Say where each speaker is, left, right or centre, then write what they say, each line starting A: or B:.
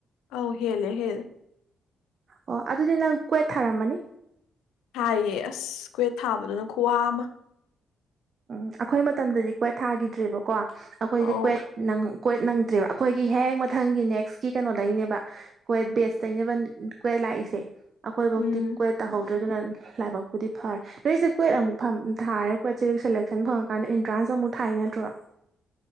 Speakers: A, on the left; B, on the right.
A: ꯑꯧ ꯍꯦꯂꯦ ꯍꯦꯂꯦ
B: ꯑꯣ ꯑꯗꯨꯗꯤ ꯅꯪ ꯀꯣꯏꯠ ꯊꯔꯝ ꯃꯅꯤ
A: ꯊꯥꯌꯦ ꯑꯁ ꯀ꯭ꯋꯦꯠ ꯊꯥꯕꯗꯨꯅ ꯈꯨꯋꯥ ꯑꯃ
B: ꯎꯝ ꯑꯩꯈꯣꯏ ꯃꯇꯝꯗꯗꯤ ꯀ꯭ꯋꯦꯠ ꯊꯥꯈꯤꯗ꯭ꯔꯦꯕꯀꯣ ꯑꯩꯈꯣꯏꯗꯤ
A: ꯑꯧ
B: ꯀ꯭ꯋꯦꯠ ꯅꯪ ꯀꯣꯏꯠ ꯅꯪꯗ꯭ꯔꯦꯕ ꯑꯩꯈꯣꯏꯒꯤ ꯍꯦꯛ ꯃꯊꯪꯒꯤ ꯅꯦꯛꯁꯀꯤ ꯀꯩꯅꯣ ꯗꯩꯅꯦꯕ ꯀ꯭ꯣꯏꯠ ꯕꯦꯁ ꯇꯩꯅꯕ ꯀ꯭ꯋꯠ ꯂꯥꯛꯏꯁꯦ ꯑꯩꯈꯣꯏꯐꯥꯎꯗꯤ
A: ꯎꯝ
B: ꯀ꯭ꯋꯦꯠ ꯇꯥꯍꯧꯗ꯭ꯔꯦꯗꯨꯅ ꯂꯥꯏꯕꯛꯄꯨꯗꯤ ꯐꯔꯦ ꯅꯣꯏꯁꯦ ꯀ꯭ꯋꯦꯠ ꯑꯃꯨꯛ ꯐ ꯊꯥꯔꯦ ꯀ ꯆꯦ ꯁꯦꯂꯦꯛꯁꯟ ꯐꯪꯉꯀꯥꯟꯗ ꯑꯦꯟꯇ꯭ꯔꯥꯟꯁ ꯑꯃꯨꯛ ꯊꯥꯏ ꯅꯠꯇ꯭ꯔꯣ